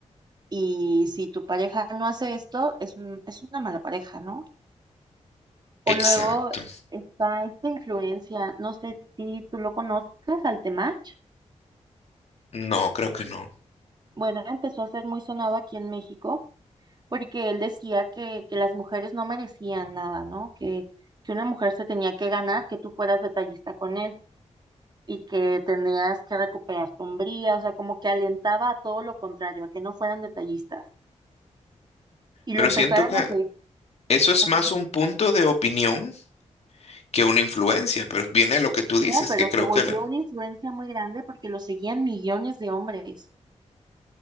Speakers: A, on the right; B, on the left.
A: Y si tu pareja no hace esto, es un- es una mala pareja, ¿no? O
B: Exacto.
A: luego está esta influencia, no sé si tú lo conozcas, al Temach.
B: No, creo que no.
A: Bueno, empezó a ser muy sonado aquí en México porque él decía que, que las mujeres no merecían nada, ¿no? Que, que una mujer se tenía que ganar, que tú fueras detallista con él y que tendrías que recuperar tu hombría, o sea, como que alentaba a todo lo contrario, a que no fueran detallistas. Y
B: Pero
A: lo empezaron
B: siento que
A: a hacer,
B: eso es
A: a hacer,
B: más un punto de opinión que una influencia, pero viene a lo que tú
A: como,
B: dices,
A: pero
B: que creo
A: se volvió
B: que la-
A: una influencia muy grande porque lo seguían millones de hombres.